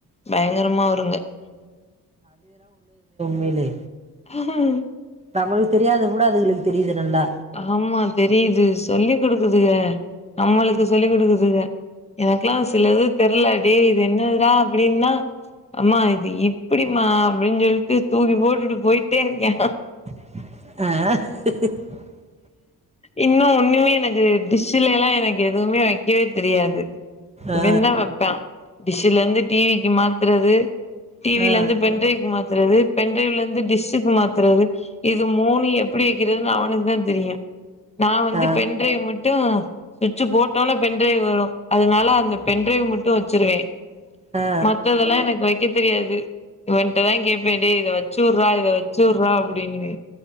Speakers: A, on the left; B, on the right.
A: பயங்கரமா வ ருங்க
B: மேலே
A: ஹாய்
B: நமளுக் தெரியாத கூட அதுங்களுக்கு தெரியுது நல்லா
A: ஆமா தெரியுது சொல்லிக் குடுக்குதுக நம்மளுக் சொல்லி் குடுக்குதுக எனக்கல்ல சிலது தெர்ல டாய் இது என்னது டா அப்டின்னா அம்மா இது இப்டிமாம் அப்டின் சொல்ட்டு தூக்கி போட்டுட்டு போயிட்டே இருக்கே
B: <inaudible>
A: இன்னு ஒண்ணுமே எனக்கு டிஷ்ல எல்லா எனக்கு எதுமே வைக்கவே தெரியாது
B: ஆ
A: வென்ன வெப்பே டிஷ்ஷூலந்து டி விக்கு மாத்தறது டி வில
B: ஆ
A: ந்து பென் டிரைவ்க் மாத்தறது பென் டிரைவ்ல ந்து டிஷ்க்கு மாத்தறது இது மூணு எப்டி வைக்கறதுன் அவனுக் தெரியு நா வந்து
B: ஆ
A: பெண் ட்ரைவ் மட்டு சுவிச்சு போட்டோன பென் டிரைவ் வரு அதுனால அந்த பென் டிரைவ் மட்டு வச்சிருவே
B: ஆ ஆ
A: மத்ததெல்லா எனக்கு வெக் இது தெரியாது இவன்டதா கேப்பே டே இத வச்சுர்றா இத வச்சுர்றா அப்படின்னு